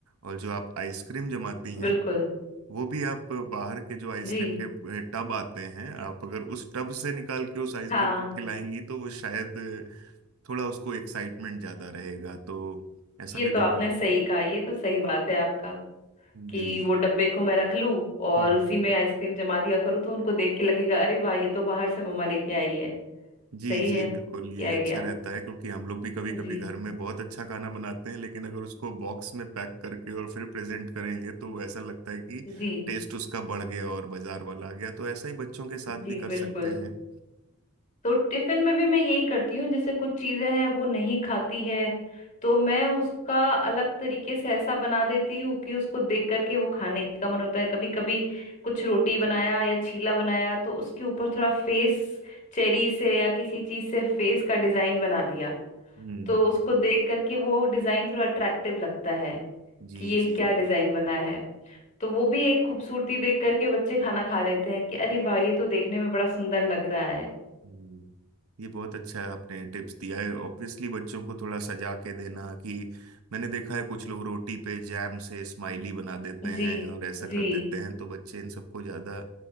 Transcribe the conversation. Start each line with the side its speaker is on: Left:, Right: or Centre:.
Right: और जो आप आइसक्रीम जमाती हैं
Left: बिल्कुल
Right: वो भी आप बाहर के जो आइसक्रीम
Left: जी
Right: के अ, टब आते हैं आप अगर उस टब से निकाल के उस आइसक्रीम
Left: हाँ
Right: को खिलाएंगी तो वो शायद अ, थोड़ा उसको एक्साइटमेंट ज्यादा रहेगा तो ऐसा
Left: ये
Right: भी बिल्कुल
Left: तो आपने सही कहा ये तो सही बात है आपका कि
Right: जी
Left: वो डब्बे को मैं रख लूं और
Right: हम्म,
Left: उसी में आइसक्रीम जमा दिया करूँ तो उनको देख के लगेगा अरे वाह ये तो बाहर से मम्मा लेके आई है
Right: जी
Left: सही
Right: जी
Left: है
Right: बिल्कुल ये
Left: ये आइडिया
Right: अच्छा रहता है क्योंकि हम लोग भी कभी कभी
Left: जी
Right: घर में बहुत अच्छा खाना बनाते हैं लेकिन अगर उसको बॉक्स में पैक करके और फिर प्रेजेंट करेंगे तो ऐसा लगता है कि
Left: जी
Right: टेस्ट उसका बढ़ गया और बाजार वाला आ गया तो ऐसा ही बच्चों के साथ
Left: जी
Right: भी कर
Left: बिल्कुल
Right: सकते हैं
Left: तो टिफिन में भी मैं यही करती हूँ जैसे कुछ चीजें हैं वो नहीं खाती है तो मैं उसका अलग तरीके से ऐसा बना देती हूँ कि उसको देख करके वो खाने का मन होता है कभी कभी कुछ रोटी बनाया या चीला बनाया तो उसके ऊपर थोड़ा फेस चेरी से या किसी चीज से फेस का डिजाइन बना दिया
Right: हम्म
Left: तो उसको देख करके वो डिजाइन थोड़ा अट्रैक्टिव लगता है
Right: जी
Left: कि ये
Right: जी
Left: क्या डिजाइन बना है तो वो भी एक खूबसूरती देख करके बच्चे खाना खा लेते हैं कि अरे वाह ये तो देखने में बड़ा सुंदर लग रहा है
Right: हम्म, ये बहुत अच्छा आपने टिप्स दिया है ऑब्वियसली बच्चों को थोड़ा सजा के देना कि मैंने देखा है कुछ लोग रोटी पे जैम से स्माइली बना देते
Left: जी
Right: हैं और ऐसा
Left: जी
Right: कर देते हैं तो बच्चे इन सबको ज़्यादा